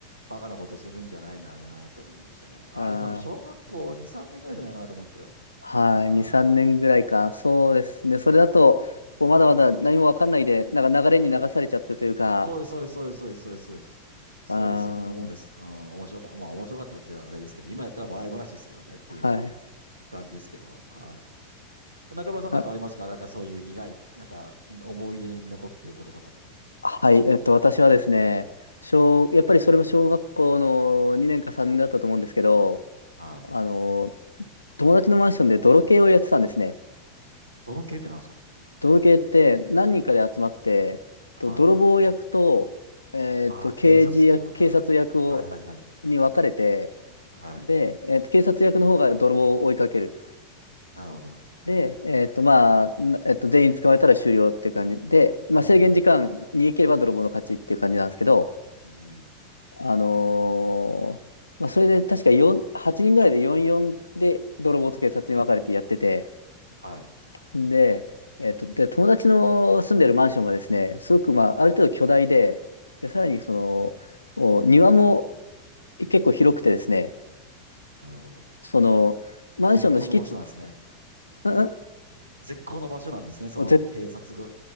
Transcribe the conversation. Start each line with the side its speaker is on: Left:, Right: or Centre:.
Right: バカなことするんじゃないななと思いましたね。あれ多分小学校2、
Left: あー
Right: 3年ぐらいじゃないかなと思うんですけど。
Left: はい、
Right: はい。
Left: 2、3年ぐらいか。そうですね。それだと、こうまだまだ何もわかんないで、なんか流れに流されちゃってというか、
Right: そうです、そうです、そうです、そうです、そうです。そうです、そうですそんなもんです。
Left: あー、
Right: うん、面白か、まあ面白かったっていうのはあれですけど、今やったら笑い話ですけどねっていう
Left: はい。
Right: 感じですけど。はい。中村さんなんかありますかなんかそういう苦い、
Left: あ、
Right: なんか思い出に残ってることとかって。
Left: はい、えっと、私はですね、小、やっぱりそれも小学校の2年か3年だったと思うんですけど、
Right: はい。
Left: あの、友達のマンションで泥系をやってたんですね。
Right: 泥系ってなんですか
Left: 泥系って何人かで集まって、
Right: はい。
Left: と泥棒役と、えっと、
Right: ああ、
Left: 刑事役、
Right: 警察ってことか。
Left: 警察役を、
Right: はいはいはい。
Left: に分かれて、
Right: はい。
Left: で、えっと、警察役の方が泥棒を追いかける。
Right: なるほど。
Left: で、えっと、まあ、なえっと、全員捕まえたら終了っていう感じで、まあ、
Right: うん。
Left: 制限時間逃げければ泥棒の勝ちっていう感じなんですけど、
Right: うん。
Left: あのーまあ、それで確か4、8人ぐらいで44で泥棒と警察に分かれてやってて、
Right: はい。
Left: で、えっと、で、友達の住んでるマンションがですね、すごく、まあ、
Right: はい。
Left: ある程度巨大で、で、さらにその、お庭も結構広くてですね、
Right: なるほど。
Left: その、マンションの敷地、
Right: 絶好の場所なんですね。
Left: うん、
Right: 絶好の場所なんですね。その警察が、
Left: うん絶